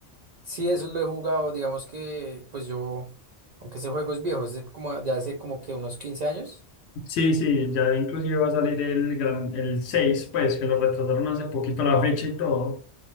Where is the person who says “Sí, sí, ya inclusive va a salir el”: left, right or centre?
Left